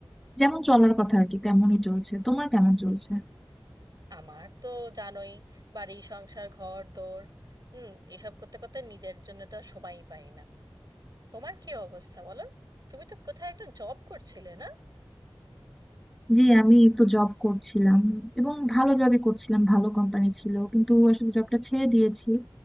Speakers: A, in the centre; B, on the right (about 50°).
A: যেমন চলার কথা আর কি তেমনই চলছে তোমার কেমন চলছে
B: আমার তো জানোই বাড়ি সংসার ঘর দোর হুম এসব করতে করতে নিজের জন্য তো আর সময়ই পাই না তোমার কি অবস্থা বলো তুমি তো কোথায় একটা জব করছিলে না
A: জি আমি তো জব করছিলাম এবং ভালো জবই করছিলাম ভালো কোম্পানি ছিল কিন্তু আসলে জবটা ছেড়ে দিয়েছি